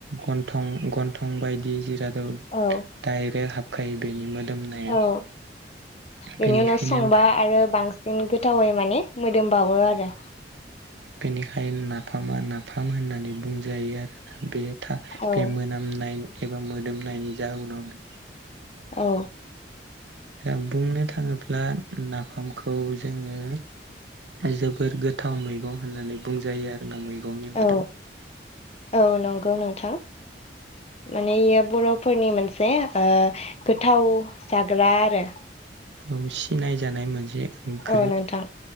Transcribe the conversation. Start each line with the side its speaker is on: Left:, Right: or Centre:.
Right: गन्थं बायदि जिराद
Left: औ
Right: दाइरेक हा खाय बेनि मोदोमनाया
Left: औ
Right: बेनिखायनो
Left: बेनि उनाव संबा आरो बांसिन गोथावै माने मोदोम बावो आरो
Right: बेनिखायनो नाफामा नाफाम होननानै बुंजायो आरोोना बे था
Left: औ
Right: बे मोनामनाय एबा मोदोमनायनि जाउनावनो
Left: औ
Right: द बुंनो थाङोब्ला नाफामखौ जोङो जोबोर गोथाव मैगं होननानै बुंजायो आरोना मैगंनि मादाव
Left: औ औ नंगौ नोंथां माने इयो बर'फोरनि मोनसे ओ गोथाव जाग्रा आरो
Right: औ सिनाय जानाय मोनसे ओंख्रि
Left: औ नोंथां